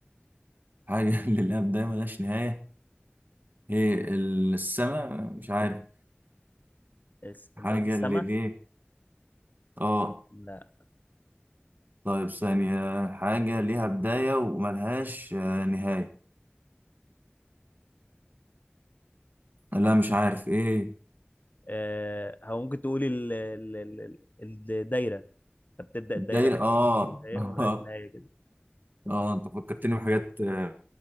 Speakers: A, on the right; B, on the left.
A: حاجة <laughs> اللي لها بداية ملهاش نهاية هي السماء مش عارف
B: اس-
A: حاجة
B: انت قلت السما
A: اللي ليه اه
B: لا
A: طيب ثانية حاجة ليها بداية وملهاش آه نهاية لا مش عارف ايه
B: آه هو ممكن تقول ال ال ال ال- الدايره فبتبدا
A: الدايرة
B: الدايره
A: اه
B: بدايه
A: <laughs>
B: وملهاش نهايه كده
A: اه انت فكرتني بحاجات آه